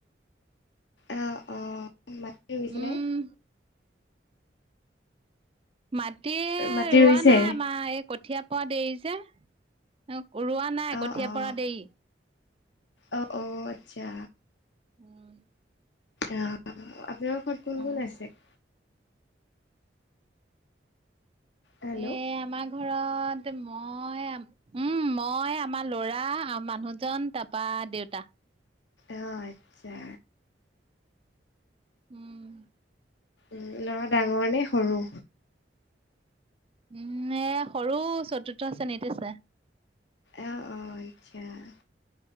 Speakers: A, on the left (about 80°); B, on the right (about 30°).
A: অঁ অঁ মাটি ৰুইছেনে?
B: উম মাটি
A: মাটি
B: ৰুৱা
A: ৰুইছে
B: নাই আমাৰ, এই কঠীয়া পৰা দেৰি যে। ৰুৱা নাই
A: অ'
B: কঠীয়া
A: অ'
B: পৰা দেৰি।
A: অ' অ', আটচ্ছা।
B: <inaudible>
A: অ' আপোনাৰ ঘৰত কোন কোন
B: অ
A: আছে? হেল্ল'
B: এ আমাৰ ঘৰত মই উম! মই, আমাৰ ল'ৰা, মানুহজন তাৰপা দেউতা।
A: অ' আচ্ছা।
B: উমঁ'।
A: উমঁ' ল'ৰা ডাঙৰ নে সৰু?
B: উমঁ' এ সৰু চতুৰ্থ শ্ৰেনিট আছে।
A: অঁ' অঁ' আচ্ছা'